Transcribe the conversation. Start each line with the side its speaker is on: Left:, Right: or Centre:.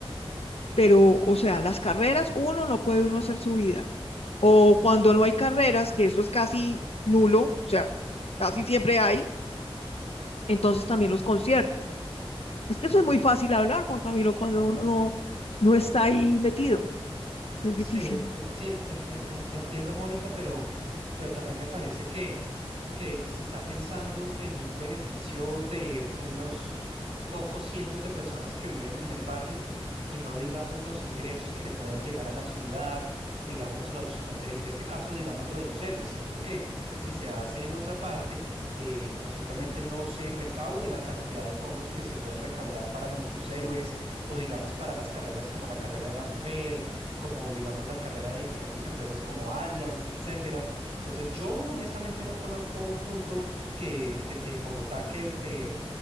Left: pero, o sea, las carreras, uno no puede uno hacer su vida. O cuando no hay carreras, que eso es casi nulo, o sea, casi siempre hay, entonces también los conciertos. Es que eso es muy fácil hablar, Juan Camilo, cuando uno no, no está ahí metido, es
Right: Sí,
Left: difícil.
Right: eh, eh, sí, en- en- en- en- entiendo, Mónica, pero, pero también me parece que, que se está pensando en un beneficio de unos pocos cientos de personas que viven en el barrio y no digamos los ingresos que le puedan llegar a la ciudad, digamos los, la- eh, en este caso, digamos lo de los héroes. Siento que si se hace en otra parte, eh, posiblemente no se recaude la cantidad de fondos que se pueden recaudar para nuestros héroes o digamos para las carreras como la carrera de la mujer, como digamos la carrera de diferentes empresas como Allianz, etcétera. Entonces, yo honestamente no conozco un punto que de- en Bogotá que eh,